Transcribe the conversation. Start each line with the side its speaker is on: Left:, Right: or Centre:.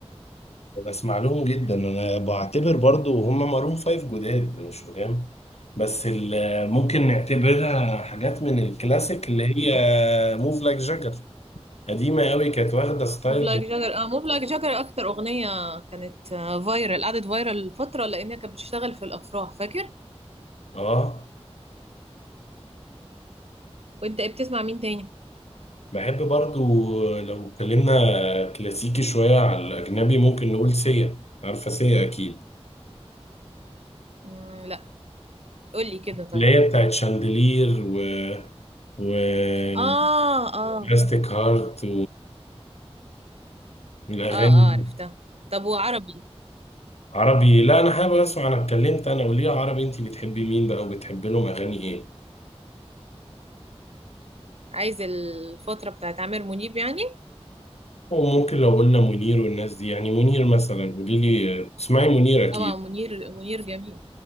Left: بسمع لهم جدا انا بعتبر برضو هم مارون فايف جداد مش قدام بس ال- ممكن نعتبرها حاجات من الكلاسيك اللي هي موف لايك جاجر قديمة قوي كانت واخدة ستايل
Right: موف لايك جاجر اه موف لايك جاجر اكتر اغنيه كانت آه، فايرال قعدت فايرال فتره لانها كانت بتشتغل في الافراح فاكر
Left: اه
Right: وانت إيه بتسمع مين تاني
Left: بحب برضو لو اتكلمنا كلاسيكي شوية على الأجنبي ممكن نقول سيا عارفة سيا أكيد
Right: مم، لا قول لي كده طيب
Left: اللي هي بتاعت شاندلير و و
Right: اه اه
Left: بلاستيك هارت والأغاني
Right: اه اه
Left: دي.
Right: عرفتها طب وعربي
Left: عربي لا أنا حابب أسمع أنا اتكلمت أنا وليه عربي أنت بتحبي مين بقى وبتحبي لهم أغاني إيه؟
Right: عايز الفترة بتاعت عامر منيب يعني
Left: وممكن لو قلنا منير والناس دي يعني منير مثلا قولي لي تسمعي منير أكيد
Right: طبعا منير منير جميل